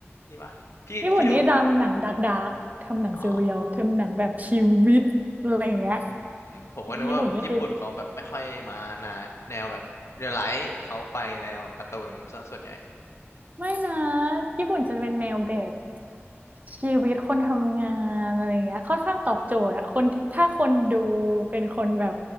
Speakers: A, on the left; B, on the right.
A: นี่ปะพี่พี่ดู
B: ญี่ปุ่นนี่ทำหนังดาร์กดากทำหนังซีเรียลทำหนังแบบชีวิตอะไรอย่างเงี้ย
A: อ๋ออืมผมก็นึกว่าญี่ปุ่นเขาแบบไม่ค่อยมานะแนวแบบเรียลไลท์เขาไปแนวแบบการ์ตูนซะส่วนใหญ่
B: ญี่ปุ่นนี่คือไม่นะญี่ปุ่นจะเป็นแนวแบบชีวิตคนทำงานอะไรเงี้ยค่อนข้างตอบโจทย์อะคนที่ถ้าคนดูเป็นคนแบบ